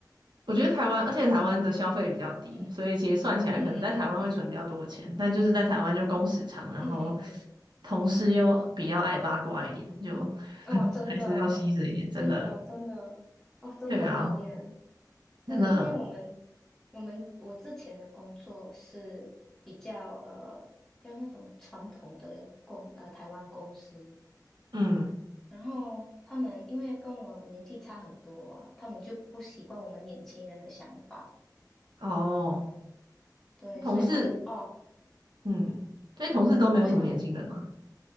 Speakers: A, on the right; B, in the centre.
A: 我觉得台湾，而且台湾的消费比较低，
B: 嗯嗯
A: 所以其实算起来可能在台湾会存比较多的钱，
B: 嗯嗯嗯嗯
A: 但就是在台湾就工时长，然后
B: 嗯嗯嗯，
A: 同事又比较爱八卦一点，就
B: 嗯哦，
A: <laughs>
B: 真的，
A: 还是要牺牲一点，真的
B: 真的，真的，哦，真的很讨厌。
A: 对啊，真的，
B: 我因为我们我们我之前的工作是比较呃，比较那种传统的公呃台湾公司，
A: 嗯，
B: 然后他们因为跟我年纪差很多啊，他们就不习惯我们年轻人的想法，
A: 哦，
B: 对，
A: 同事，
B: 所以他们哦，
A: 嗯，因为同事都没有什么年轻人嘛，
B: 所以他们